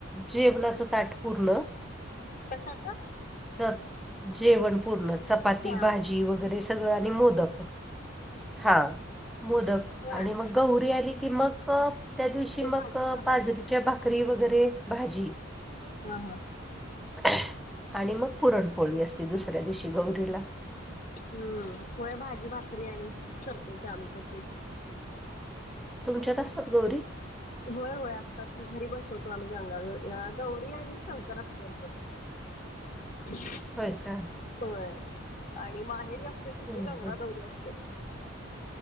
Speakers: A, in the centre; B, on the left (about 40°).
A: जेवणाचं ताट पुरलं
B: कसच
A: च जेवण पूर्ण चपाती
B: हा
A: भाजी वगैरे सगळं आणि मोदक हा मोदक
B: होय
A: आणि मग गहरी आली की मग त्या दिवशी
B: ते
A: मग
B: भाजी भाकरी
A: बाजरीच्या भाकरी वगैरे भाजी
B: हा हा
A: ह आणि मग पुरणपोळी असती दुसऱ्या दिवशी गौरीला
B: हम् हो भाजी भाकरी आणि करतोय ते आम्ही पण ते
A: तुमच्यात असतात गौरी
B: होय होय असतात की घरी बसवतो आम्ही गंगावर गौरी आणि शंकर असतो आमच्या <inaudible> <unintelligible>
A: हो काय
B: तो आहे आणि माहेरी असते
A: हम्म,
B: तिथे गंगाधौरी
A: हम्म.
B: असते